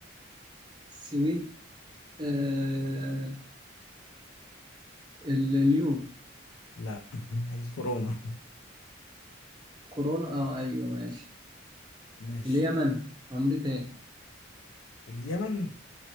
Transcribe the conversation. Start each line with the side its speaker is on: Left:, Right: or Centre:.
Right: سويد آه ال- اليورو
Left: لا <laughs> الكورونا
Right: كورونا اه ايوه ماشي
Left: ماشي
Right: اليمن عملة ايه
Left: اليمن